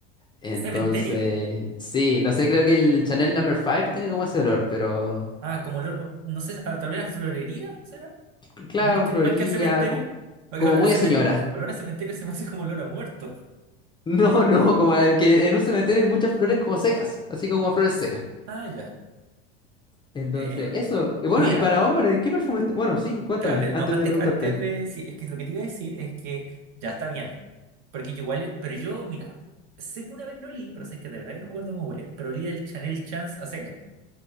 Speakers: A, on the left (about 15°); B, on the right (about 55°).
A: Entonces,
B: Cementerio.
A: sí, no sé, creo que el Chanel Number 5 tiene como ese olor, pero
B: Ah, como olor, no sé, ah, tal vez a florería,
A: c- claro,
B: Más
A: un
B: que,
A: florería,
B: más que a cementerio,
A: co-
B: porque
A: como
B: olor
A: muy
B: a, cemen-
A: a señora.
B: olor
A: <laughs>
B: a cementerio se me hace como olor a muerto.
A: No, no, como a- que en un cementerio hay muchas flores como secas, así como flores secas.
B: Ah, ya.
A: Entonces,
B: Eh,
A: eso. Y bueno,
B: mira,
A: y para hombres, ¿qué perfume está? Bueno, sí, cuéntame,
B: espérate,
A: antes
B: no, antes,
A: de preguntarte.
B: antes de. Sí, es que lo que te iba a decir es que ya está bien. Porque yo igual, pero yo, mira, sé que una vez lo olí, pero sé que de verdad que no me acuerdo cómo huele, pero olí el Chanel Chance a secas.